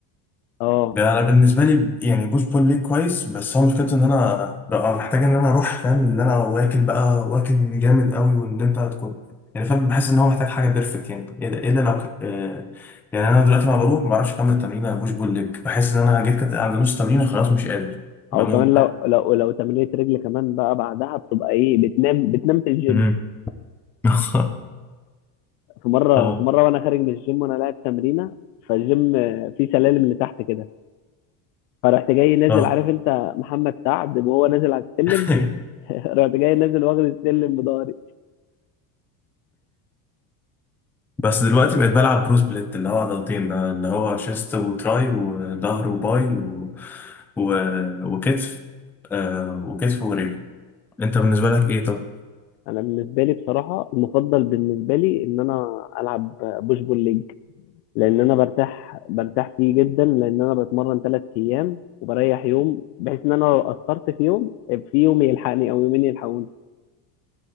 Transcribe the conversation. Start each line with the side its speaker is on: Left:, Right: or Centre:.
Left: اه
Centre: ده انا بالنسبه لي يعني بوش بول ليج كويس بس هو مشكلته ان انا ببقى محتاج ان انا اروح فاهم اللي انا واكل بقى واكل جامد قوي وان انت تكون يعني فاهم بحس ان هو محتاج حاجه بيرفكت يعني الا إلا لو ك- آه، يعني انا دلوقتي لما بروح ما بعرفش اكمل تمرين بوش بول ليج بحس ان انا جيت كده عند نص تمرين خلاص مش قادر بموت
Left: او كمان لو لو لو تمرينة رجل كمان بقى بعدها بتبقى ايه بتنام بتنام في الجيم
Centre: مم. <laughs>
Left: في مره
Centre: اه
Left: في مره وانا خارج من الجيم وانا لاعب تمرينه فالجيم فيه سلالم لتحت كده فرحت جاي نازل
Centre: اه
Left: عارف انت محمد سعد وهو نازل على السلم
Centre: <laughs>
Left: <laughs> رحت جاي نازل واخد السلم بضهري
Centre: بس دلوقتي بقيت بلعب برو سبليت اللي هو عضلتين ده اللي هو شيست وتراي وظهر وباي و... و... وكتف آه وكتف ورجل انت بالنسبة لك ايه طب؟
Left: انا بالنسبه لي بصراحه المفضل بالنسبه لي ان انا العب بوش بول ليج لان انا برتاح برتاح فيه جدا لان انا بتمرن ثلاث ايام وبريح يوم بحيث ان انا لو قصرت في يوم في يوم يلحقني او يومين يلحقوني